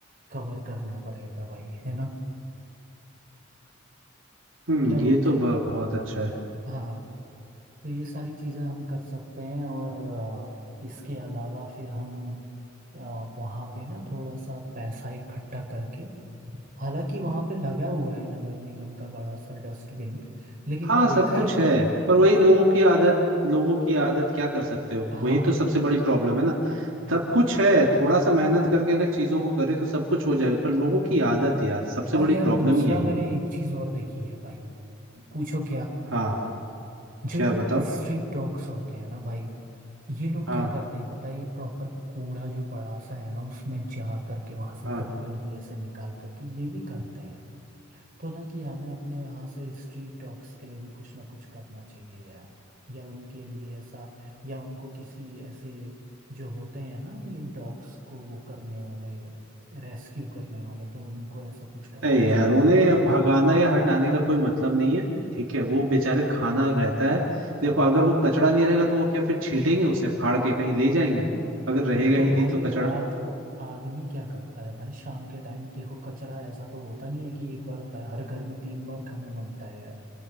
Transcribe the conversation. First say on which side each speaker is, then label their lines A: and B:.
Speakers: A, on the right; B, on the right.
A: कवर करना पड़ेगा भाई है ना
B: हम्म
A: क्या वो
B: ये
A: क्या
B: तो ब- बहुत अच्छा है
A: हाँ तो ये सारी चीजें हम कर सकते हैं और अ, इसके अलावा फिर हम अ, वहाँ पे ना थोड़ा सा पैसा इकट्ठा करके हालांकि वहाँ पे लगा हुआ है नगर निगम का बड़ा सा डस्टबिन लेकिन
B: हाँ
A: वो देखा
B: सब कुछ
A: है कि
B: है पर वही
A: लेकिन
B: लोगों की आदत लोगों की आदत क्या कर सकते हो
A: हाँ
B: वही तो सबसे बड़ी प्रॉब्लम है ना सब कुछ है थोड़ा सा मेहनत करके अगर चीजों को करे तो सब कुछ हो जाएगा पर लोगों की आदत यार सबसे
A: और
B: बड़ी
A: यार
B: प्रॉब्लम
A: दूसरा
B: ही यही
A: मैंने
B: है
A: एक चीज और देखी है भाई पूछो क्या
B: हाँ
A: जो
B: क्या
A: ये
B: बताओ
A: स्ट्रीट डॉग्स होते हैं ना भाई ये लोग
B: हाँ
A: क्या करते हैं पता है ये प्रॉपर कूड़ा जो बड़ा सा है ना उसमें जा करके वहां से
B: हाँ
A: गंदगी ऐसे निकाल करके ये भी करते हैं तो ना कि हमें अपने यहाँ से स्ट्रीट डॉग्स के लिए भी कुछ ना कुछ करना चाहिए यार या उनके लिए ऐसा या उनको किसी ऐसे जो होते हैं ना ये डॉग्स को वो करने वाले रेस्क्यू करने वाले तो उनको ऐसा कुछ करना
B: नहीं
A: चाहिए
B: यार उन्हें भगाना या हटाने का कोई मतलब नहीं है ठीक है वो बेचारे खाना रहता है देखो अगर वो कचड़ा नहीं रहेगा तो वो क्या फिर छीटेंगे उसे फाड़ के कहीं ले जाएंगे अगर रहेगा
A: तो
B: ही
A: भाई
B: नहीं तो कचड़ा
A: रात को आदमी क्या करता है भाई शाम के टाइम देखो कचरा ऐसा तो होता नहीं है कि एक बार होता है हर घर में तीन बार खाना बनता है यार